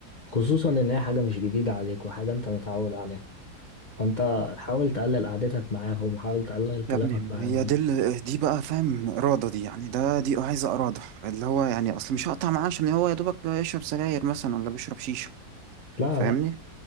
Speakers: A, on the left (about 45°); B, on the right (about 70°).
A: خصوصا ان هي حاجة مش جديدة عليك وحاجة انت متعود عليها فانت حاول تقلل قعدتك معاهم حاول تقلل كلامك
B: يا ابني
A: معاهم
B: هي دي ال- دي بقى فاهم إرادة دي يعني ده دي عايزة إرادة اللي هو يعني أصل مش هقطع معاه عشان هو يا دوبك بيشرب سجاير مثلا ولا بيشرب شيشة
A: لا
B: فاهمني
A: لا